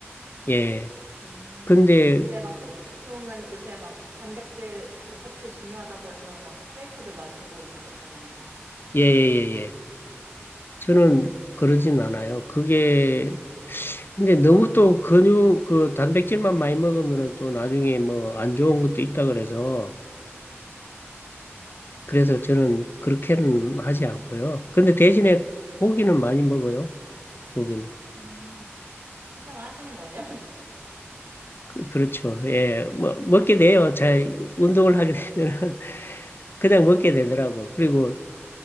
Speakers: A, on the left (about 50°); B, on the right (about 70°).
A: 예.
B: 음,
A: 근데
B: 네, 막 보통은 요새 막 단백질 뭐 섭취 중요하다고 해서 막 쉐이크도 마시고 막 이러잖아요.
A: 예예예 예, 예, 예. 저는
B: 음,
A: 그러진 않아요. 그게 근데 너무 또 근육 그 단백질만 많이 먹으면은 또 나중에 뭐 안 좋은 것도 있다 그래서 그래서 저는 그렇게는 하지 않고요. 근데 대신에 고기는 많이 먹어요. 고기는
B: 음, 식단을 하시는 거네요,
A: 그, 그렇죠. 예, 뭐 먹게
B: <laughs> 그러면.
A: 돼요. 잘 운동을 하게 되면은 <laughs> 그냥 먹게 되더라고. 그리고